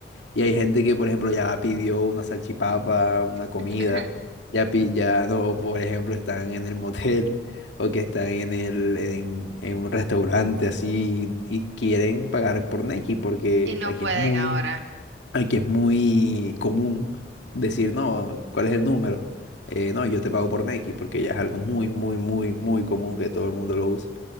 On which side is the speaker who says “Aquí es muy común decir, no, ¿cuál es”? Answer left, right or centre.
Left